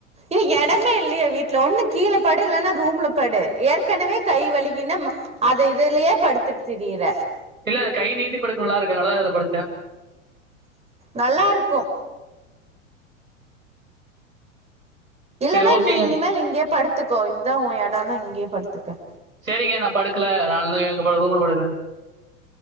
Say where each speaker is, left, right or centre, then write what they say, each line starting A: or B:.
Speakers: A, on the right; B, on the right.
A: ஏ எடமே இல்லையா வீட்டுல ஒண்ணு கீழ படு இல்லனா ரூம்ல படு ஏற்கனவே கை வழுக்கின்ன. அது இதுலயே படுத்துட் திரியிற
B: இல்ல அது கை நீட்டி படுக்க நல்லாருக்கு அதனால தா இதுல படுத்துட்டா
A: நல்லா இருக்கு இல்லனா
B: சரி ஓகேங்க.
A: நீ இனிமேல் இங்கயே படுத்துக்கோ இதுதா உ எடோன்னா இங்கயே படுத்துக்க
B: சேரிங்க நா படுக்கல <unintelligible> எங்க படுக்கணுமோ படுக்கற